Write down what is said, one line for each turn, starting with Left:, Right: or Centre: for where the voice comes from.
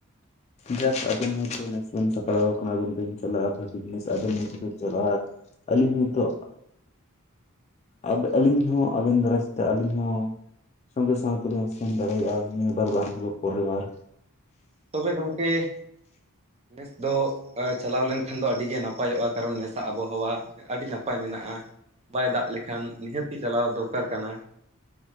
Left: ᱡᱟᱠ ᱟᱵᱮᱱ ᱦᱚᱭᱛᱳ ᱱᱮᱥ ᱵᱟᱹᱧ ᱥᱟᱯᱲᱟᱣ ᱟᱠᱟᱱᱟ ᱵᱟᱹᱧ ᱪᱟᱞᱟᱜᱼᱟ ᱵᱷᱟᱜᱤ ᱡᱤᱱᱤᱥ ᱟᱵᱤᱱ ᱡᱩᱫᱤ ᱵᱤᱱ ᱪᱟᱞᱟᱜ ᱟᱹᱞᱤᱧ ᱦᱚᱸ ᱮᱱᱛᱮ ᱟᱵ ᱟᱹᱞᱤᱧ ᱦᱚᱸ ᱟᱹᱵᱮᱱ ᱫᱟᱨᱟᱡ ᱥᱮᱛ ᱛᱮ ᱟᱹᱞᱤᱧ ᱦᱚᱸ ᱥᱚᱸᱜᱮ ᱥᱟᱶᱛᱮᱞᱤᱧ ᱥᱮᱱ ᱫᱟᱲᱮᱭᱟᱜᱼᱟ ᱱᱤᱭᱟᱹ ᱵᱟᱨ ᱵᱟᱝ ᱦᱳᱞᱳ ᱯᱚᱨᱮᱨ ᱵᱟᱨ
Right: ᱛᱚᱵᱮ ᱜᱚᱝᱠᱮ ᱱᱮᱥ ᱫᱚ ᱪᱟᱞᱟᱣ ᱞᱮᱱᱠᱷᱟᱱ ᱫᱚ ᱟᱹᱰᱤ ᱜᱮ ᱱᱟᱯᱟᱭᱚᱜᱼᱟ ᱠᱟᱨᱚᱱ ᱱᱮᱥᱟᱜ ᱟᱵᱚᱦᱟᱣᱟ ᱟᱹᱰᱤ ᱱᱟᱯᱟᱭ ᱢᱮᱱᱟᱜᱼᱟ ᱵᱟᱭ ᱫᱟᱜ ᱞᱮᱠᱷᱟᱱ ᱱᱤᱦᱟᱹᱛᱤ ᱪᱟᱞᱟᱣ ᱫᱚᱨᱠᱟᱨ ᱠᱟᱱᱟ <inaudible>